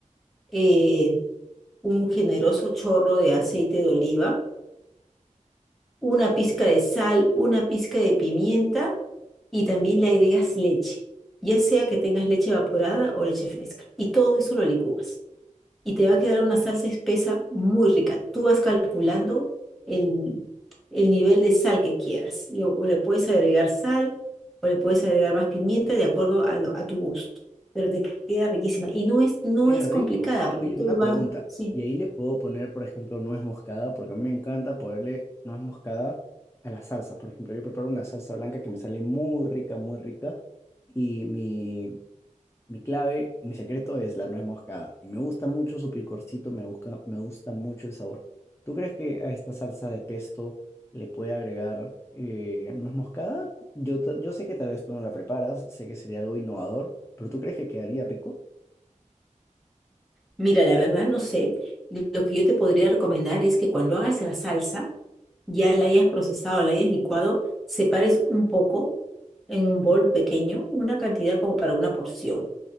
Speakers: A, in the centre; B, on the left.
A: eh, un generoso chorro de aceite de oliva, una pizca de sal, una pizca de pimienta y también le agregas leche, ya sea que tengas leche evaporada o leche fresca. Y todo eso lo licúas y te va a quedar una salsa espesa muy rica. Tú vas calculando el, el nivel de sal que quieras. Y O o le puedes agregar sal o le puedes agregar más pimienta de acuerdo a, lo- a tu gusto. Pero te queda riquísima. Y no es, no
B: Qué
A: es
B: rico.
A: complicada porque
B: Oye,
A: todo
B: una pregunta.
A: va, sí.
B: Y ahí le puedo poner, por ejemplo, nuez moscada, porque a mí me encanta ponerle nuez moscada a las salsas. Por ejemplo, yo preparo una salsa blanca que me sale muy rica, muy rica. Y mi, mi clave y mi secreto es la nuez moscada. Y me gusta mucho su picorcito, me gusta, me gusta mucho el sabor. ¿Tú crees que a esta salsa de pesto le puede agregar eh, nuez moscada? Yo, ta- yo sé que tal vez tú no la preparas, sé que sería algo innovador, pero ¿tú crees que quedaría rico?
A: Mira, la verdad no sé. Lo que yo te podría recomendar es que cuando hagas la salsa, ya la hayas procesado, la hayas licuado, separes un poco en un bol pequeño, una cantidad como para una porción,